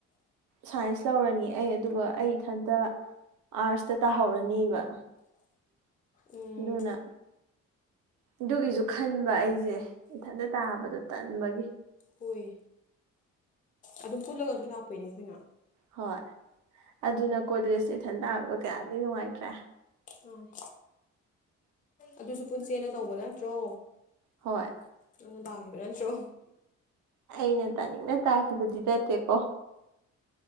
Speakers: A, on the right; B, on the left.
A: ꯁꯥꯏꯟꯁ ꯂꯧꯔꯅꯤ ꯑꯩ ꯑꯗꯨꯒ ꯑꯩ ꯏꯊꯟꯇ ꯑꯥꯔꯁꯇ ꯇꯥꯍꯧꯔꯅꯦꯕ
B: ꯎꯝ
A: ꯗꯨꯅ ꯑꯗꯨꯒꯤꯁꯨ ꯈꯟꯕ ꯑꯩꯖ‌ꯦ ꯏꯊꯟꯇ ꯇꯥꯕꯗꯣ ꯇꯟꯕꯒꯤ
B: ꯍ‌ꯣꯏ ꯑꯗꯨꯝ ꯄꯨꯜꯂꯒꯁꯨ ꯂꯥꯛꯄꯩꯅꯦ ꯑꯩꯈꯣꯏꯅ
A: ꯍꯣꯏ ꯑꯗꯨꯅ ꯀꯣꯂꯦꯖ ꯏꯊꯟ ꯇꯥꯕꯗꯣ ꯀꯌꯥꯗꯤ ꯅꯨꯡꯉꯥꯏꯇ꯭ꯔ
B: ꯃꯥꯅꯦ ꯑꯗꯨꯁꯨ ꯄꯨꯟꯁꯦꯟꯅ ꯇꯧꯕ ꯅꯠꯇ꯭ꯔꯣ
A: ꯍꯣꯏ
B: ꯅꯪꯅ ꯇꯥꯈꯤꯕ ꯅꯠꯇ꯭ꯔꯣ
A: ꯑꯩꯅ ꯇꯥꯅꯤꯡꯅ ꯇꯥꯈꯤꯕꯗꯤ ꯅꯠꯇꯦꯀꯣ